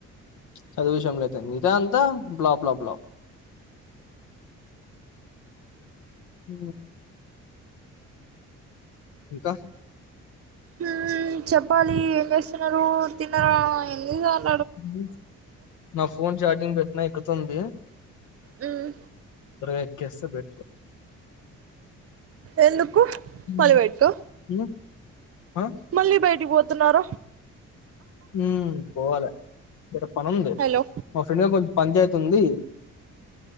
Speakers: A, on the left; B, on the right.
A: చదువు విషయంలయితే మిగతా అంతా బ్లా బ్లా బ్లా ఊ ఇంకా
B: ఊ చెప్పాలి ఏం చేస్తున్నారు తిన్నార ఎన్ని సాల్
A: ఊ నా ఫోన్ చార్జింగ్ పెట్టినా ఎకుతుంది
B: హ్మ్
A: త్వరగా ఎక్కేస్తే బెటర్
B: ఎందుకు
A: హ్మ్
B: మల్లి పెట్టుకో
A: హ్మ్. ఆ
B: మళ్ళీ బయటికి పోతున్నార
A: ఊమ్ పోవాలె బయట పని ఉంది
B: హలో
A: మా ఫ్రెండ్గా కొంచెం పంచాయతీ ఉంది